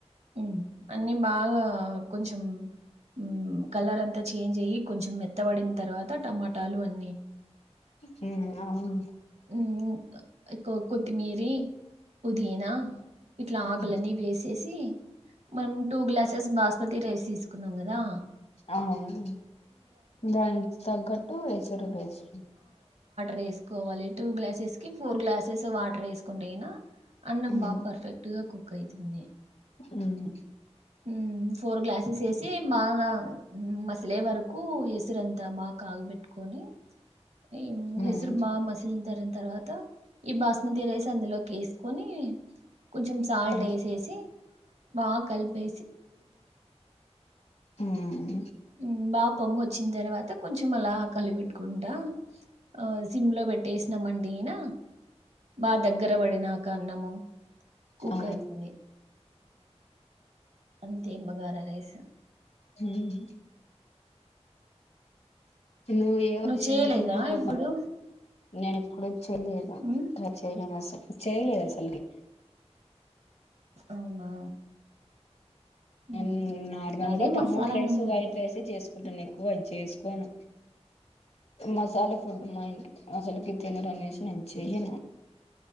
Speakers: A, on the right (about 70°); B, on the left (about 65°).
A: ఉమ్ అన్ని బాగా కొంచెం ఉమ్ కలర్ అంతా చేంజ్ అయ్యి కొంచెం మెత్తబడిన్ తర్వాత టమాటాలు అన్ని
B: హమ్ అవును
A: ఉమ్ ఉ కొ కొత్తిమీరి పుదీనా ఇట్లా ఆకులన్నీ
B: ఉమ్
A: వేసేసి మనం టూ గ్లాసెస్ బాస్మతి రైస్ తీసుకున్నాం కదా
B: అవును దానికి తగ్గట్టు ఎసరు వేసు
A: రేస్కో టూ గ్లాసెస్ కి ఫోర్ గ్లాసెస్ వాటర్ ఏసుకుంటే గినా అన్నం
B: ఉమ్
A: బాగా పర్ఫెక్ట్ గా కుక్ అయితుంది.
B: ఉమ్
A: ఉమ్ ఫోర్ గ్లాసెస్ ఏసి మాగా మ ఇసలే వరకు ఎసురంతా మా కాగబెట్టుకొని ఈ మ్
B: ఉమ్
A: ఎసురు బాగా మసిలిన తర తర్వాత ఈ బాస్మతి రైస్ అందులోకి ఏస్ కొని కొంచెం సాల్ట్
B: ఉమ్
A: వేసిసి బాగా కలిపి
B: ఉమ్
A: మ్మ్ బాగా పొంగు వచ్చిన తర్వాత కొంచం అలా కలిపెట్టుకుంటా ఆ సిమ్ లో పెట్టేసినమండి. యిన బాగా దగ్గర బడి నాక అన్నము కుక్
B: ఆ
A: అవుతుంది అంతే బగారా రైస్
B: ఉమ్ నువ్ ఏవన్
A: నువ్వు
B: ఇష్టంగ
A: చేయలేదా
B: తింటావు
A: ఇప్పుడు
B: నేను ఎప్పుడు చేలేద
A: మ్మ్
B: స చేయలేదు అసల్ చేయలేదు అసలుకి
A: అవునా ఉహు.
B: నైన్ నార్మల్గా
A: అదే
B: టమోట
A: మసాలా
B: రైస్
A: అన్నం లాగా
B: వైట్ రైసీ చ సుకుంటాను ఎక్కువ అది చేసుకోను మసాలా ఫుడ్ మా ఇం అసలుకి తినరా అనేసి నెంచేయను